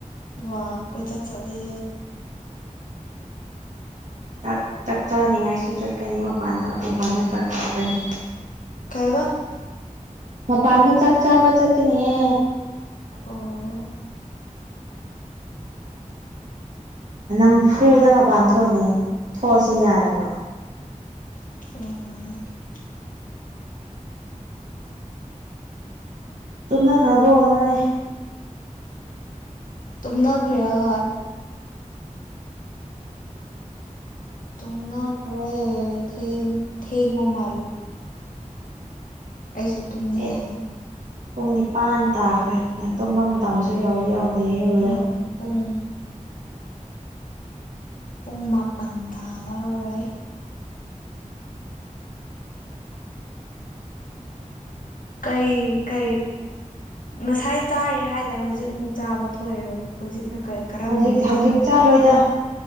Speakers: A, on the left; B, on the right.
A: ꯋꯥ ꯀꯣꯏꯆꯠ ꯆꯠꯂꯦ
B: <inaudible> ꯆꯥꯛ ꯆꯥꯛ ꯆꯥꯅꯤꯡꯉꯥꯏꯁꯨ ꯆꯠꯀꯅꯤ ꯃꯄꯥꯟꯗ ꯃꯄꯥꯟꯗ ꯆꯥꯛ ꯆꯥꯒꯅꯤ
A: ꯀꯩꯕꯥ
B: ꯃꯄꯥꯟꯗ ꯆꯥꯛ ꯆꯥꯕ ꯆꯀꯅꯤꯌꯦ
A: ꯑꯣ
B: ꯅꯝꯐꯨꯗ ꯃꯄꯥꯟ ꯊꯣꯛꯑꯅꯤ ꯊꯣꯛꯑꯁꯦ ꯌꯥꯗꯕꯔꯣ
A: ꯑꯣ
B: ꯇꯨꯝꯅꯈ꯭ꯔꯕꯣ ꯅꯣꯏ
A: ꯇꯨꯝꯅꯈ꯭ꯔꯦ ꯍꯣꯏ ꯇꯨꯝꯅꯈꯔ꯭ꯦ ꯊꯦꯡ ꯊꯦꯡꯕ ꯃꯥꯜꯂꯦ ꯑꯩꯁꯨ ꯇꯨꯝꯅꯤꯡꯉꯦ
B: ꯑꯦꯠ ꯄꯨꯡ ꯅꯤꯄꯥꯟ ꯇꯥꯈ꯭ꯔꯦ ꯅ ꯇꯨꯝꯕ ꯃꯇꯝꯁꯨ ꯌꯧꯗꯤ ꯌꯧꯈ꯭ꯔꯦꯍꯦ ꯑꯗꯨꯗ
A: ꯎꯝ ꯄꯨꯡ ꯄꯨꯡ ꯃꯥꯄꯟ ꯇꯥꯗꯧꯔꯦ
B: <inaudible>
A: ꯀꯩ ꯀꯩ ꯉꯁꯥꯏ ꯇꯥꯔꯦ ꯍꯥꯏꯗ ꯍꯧꯖꯤꯛ ꯑꯃꯨꯛ ꯇꯥꯕ ꯊꯣꯛꯏꯔꯣ ꯍꯨꯖꯤꯛꯅ ꯀꯩ ꯀꯔꯝꯕꯒꯤ
B: ꯍꯧꯖꯤꯛ ꯍꯧꯖꯤꯛ
A: ꯆꯥꯛꯅꯣ
B: ꯆꯥꯔꯣꯏꯗ